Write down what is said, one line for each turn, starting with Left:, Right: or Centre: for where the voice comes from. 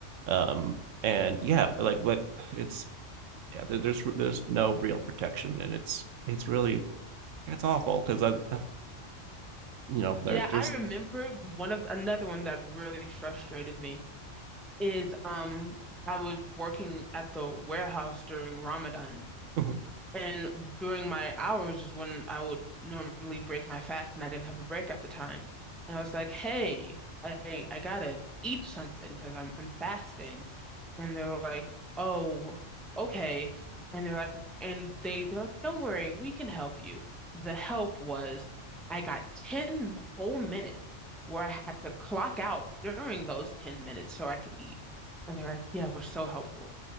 Right: um, and yeah, like but it's yeah, there, there's there's no real protection, and it's it's really it's awful because I you know there
Centre: Yeah,
Right: there's
Centre: I remember one of another one that really frustrated me is um I was working at the warehouse during Ramadan
Right: <laughs>
Centre: And during my hours is when I would normally break my fast, and I didn't have a break at the time. And I was like, "Hey, I I gotta eat something because I'm I'm fasting." And they're like, "Oh, okay." And they're like, and they they're like, "Don't worry, we can help you." The help was I got 10 whole minutes where I had to clock out during those 10 minutes so I could eat. And they're like, "Yeah, we're so helpful."